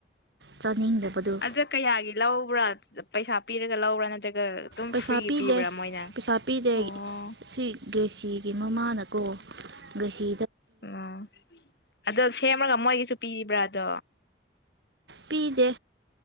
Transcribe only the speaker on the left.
ꯑꯗ ꯀꯌꯥꯒꯤ ꯂꯧꯕ꯭ꯔꯥ ꯄꯩꯁꯥ ꯄꯤꯔꯒ ꯂꯧꯕ꯭ꯔꯥ ꯅꯠꯇ꯭ꯔꯒ ꯑꯥ ꯑꯗꯨꯝ
ꯐ꯭ꯔꯤꯒꯤ
ꯄꯤꯕ꯭ꯔꯥ ꯃꯣꯏꯅ
ꯑꯣ
ꯎꯝ ꯑꯗꯣ ꯁꯦꯝꯃꯒ ꯃꯣꯏꯒꯤꯁꯨ ꯄꯤꯕ꯭ꯔꯥꯗꯣ